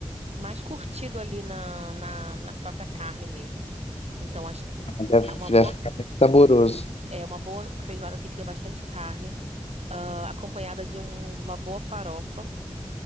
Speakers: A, on the right; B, on the left.
A: mais curtido ali na, na, na própria carne mesmo. Então acho
B: Deve,
A: é uma
B: deve
A: boa,
B: ficar bem saboroso.
A: é uma boa feijoada tem que ter bastante carne. ah, acompanhada de, um, de uma boa farofa,